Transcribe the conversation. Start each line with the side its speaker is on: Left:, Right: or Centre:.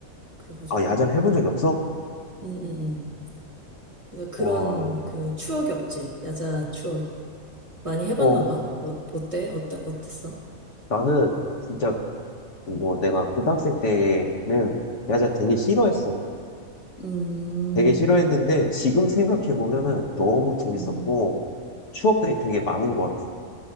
Right: 그래가지고.
Left: 아, 야자를 해본 적이 없어?
Right: 음, 음, 음. 그래서 그런
Left: 와,
Right: 그 추억이 없지. 야자 추억이. 많이 해봤나
Left: 어,
Right: 봐. 어, 어때? 어때? 어땠어?
Left: 나는 진짜 뭐 내가 고등학생 때는 야자 되게 싫어했어.
Right: 음,
Left: 되게 싫어했는데 지금 생각해보면은 너무 재밌었고
Right: 음,
Left: 추억들이 되게 많은 것 같아.